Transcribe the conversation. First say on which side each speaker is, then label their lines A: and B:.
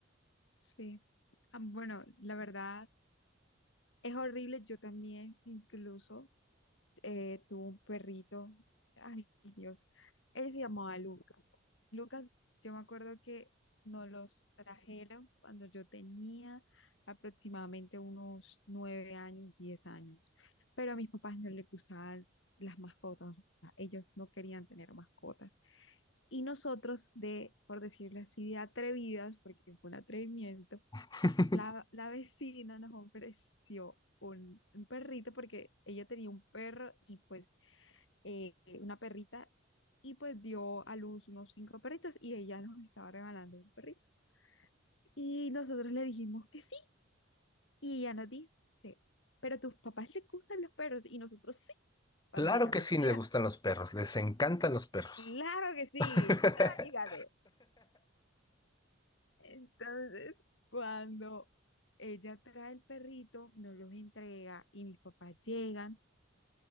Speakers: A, on the left; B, on the left.
A: sí. Ah, bueno, la verdad es horrible. Yo también, incluso. eh, tuvo un perrito, ay Dios, él se llamaba Lucas. Lucas, yo me acuerdo que nos los trajeron cuando yo tenía aproximadamente unos nueve años, diez años, pero a mis papás no les gustaban las mascotas, o sea, ellos no querían tener mascotas. Y nosotros de, por decirlo así, de atrevidas, porque fue un atrevimiento,
B: <laughs>
A: la, la vecina nos ofreció un, un perrito porque ella tenía un perro y pues eh, una perrita y pues dio a luz unos cinco perritos y ella nos estaba regalando un perrito. Y nosotros le dijimos que sí y ella nos dice, pero a tus papás les gustan los perros y nosotros sí, bandera,
B: Claro que
A: mentira.
B: sí, le gustan los perros, les encantan los perros.
A: Claro que sí,
B: <laughs>
A: tráigalo. Entonces, cuando ella trae el perrito, nos los entrega y mis papás llegan